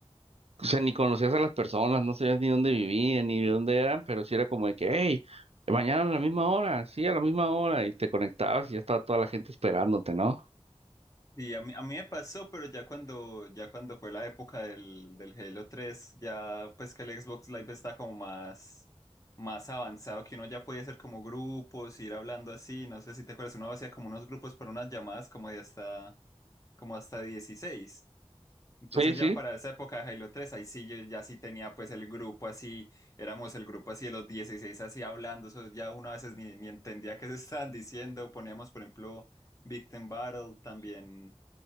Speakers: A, on the right; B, on the left.
A: o sea, ni conocías a las personas, no sabías ni dónde vivían, ni de dónde eran, pero sí era como de que, hey, mañana a la misma hora, sí, a la misma hora, y te conectabas y ya estaba toda la gente esperándote, ¿no?
B: Y a mí, a mí me pasó, pero ya cuando, ya cuando fue la época del, del Halo tres ya pues que el Xbox Live está como más, más avanzado, que uno ya podía hacer como grupos, ir hablando así, no sé si te acuerdas, uno hacía como unos grupos para unas llamadas como de hasta como hasta dieciséis, Entonces
A: Sí, sí.
B: ya para esa época de Halo tres ahí sí yo ya sí tenía pues el grupo así, éramos el grupo así de los 16 así hablando, eso ya uno a veces ni, ni entendía qué se estaban diciendo, poníamos por ejemplo Victim Battle, también